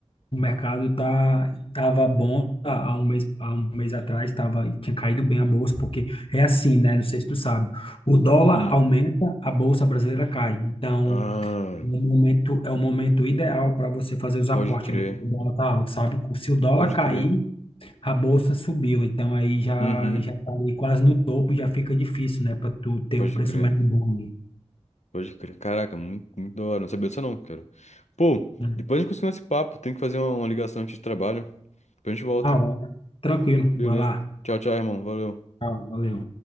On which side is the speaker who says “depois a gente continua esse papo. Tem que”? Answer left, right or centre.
Left